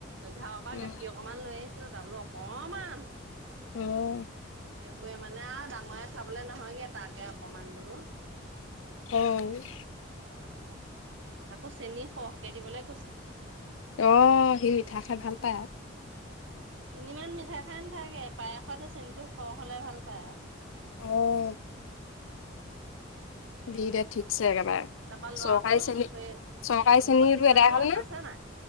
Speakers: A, on the right; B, on the left.
A: ঘৰৰ পৰা
B: উম
A: গাখীৰ অকমান লৈ আহিছিলো। যাবলৈ অকমান।
B: আহ।
A: সেইবোৰে মানে আৰু ডাঙৰে চাবলে নহয়গে তাকে অকমান বোলো।
B: অ',।
A: আকৌ চেনি সৰহকে দিবলৈ কৈছে।
B: আহ সি মিঠা খাই ভাল পায় আৰু।
A: ইমান মিঠা খাই নথাকে পায়সতে চেনীটো খৰ হলে ভাল পায় আৰু।
B: অ',। দিদে ঠিকছে। একেবাৰে
A: তাৰপা লৰাটো
B: চৰকাৰী চেনী
A: সেই
B: চৰকাৰী শ্ৰেণীটো
A: ভটিজাতটো
B: এদাই হ'ল নে
A: আছে নাই?